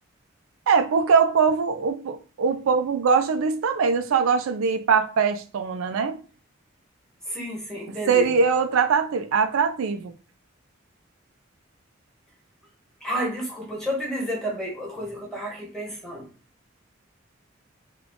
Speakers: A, on the right; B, in the centre.
A: É, porque o povo, o, po- o povo gosta disso também, não só gosta de ir para festona, né?
B: Sim, sim, entendi.
A: Seria o tratati- atrativo.
B: Ai, desculpa, deixa eu te dizer também uma coisa que eu estava aqui pensando.